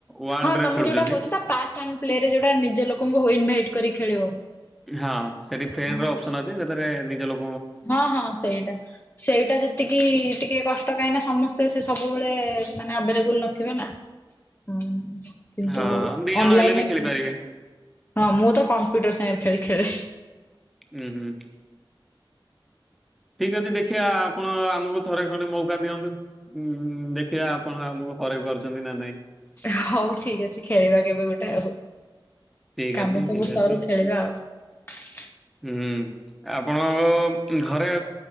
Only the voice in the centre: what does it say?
ୱାର୍ଲଡରେ
ଖେଳୁଛନ୍ତି।
ହଁ ସେଠି ଫ୍ରେଣ୍ଡ
ଅପସନ ଅଛି ସେଥିରେ ନିଜ ଲୋ
ହଁ ଦି ଜଣ
ହେଲେ ବି ଖେଳିପାରିବେ।
ଉଁ ହୁଁ। ଠିକ୍ ଅଛି ଦେଖିବା ଆପଣ ଆମକୁ ଥରେ ଖଣ୍ଡେ ମୌକା ଦିଅନ୍ତୁ। ଉଁ ଦେଖିବା ଆପଣ ଆମକୁ ହରାଇ ପାରୁଛନ୍ତି ନା ନାଇଁ।
ଠିକ
ଅଛି
ଠିକ
ଅଛି।
ହୁଁ ଆପଣଙ୍କ ଘରେ